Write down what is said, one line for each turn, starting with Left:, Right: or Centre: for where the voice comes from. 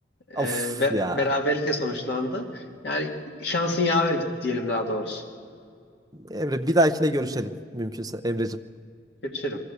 Right: Of
Left: Ee, be-
Right: ya.
Left: beraberlikle sonuçlandı. Yani şansın yaver gitti diyelim daha doğrusu.
Right: Emre bir dahakine görüşelim mümkünse Emreciğim.
Left: Kötü şey.